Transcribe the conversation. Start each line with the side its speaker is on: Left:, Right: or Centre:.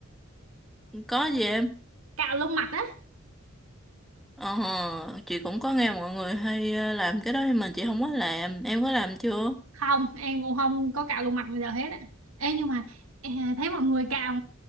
Centre: có gì em
Right: cạo lông mặt á
Centre: Ờ, chị cũng có nghe mọi người hay ờ, làm cái đó nhưng mà chị không có làm. Em có làm chưa?
Right: không em cũng không có cạo lông mặt bây giờ hết á Ê, nhưng mà à, thấy mọi người cạo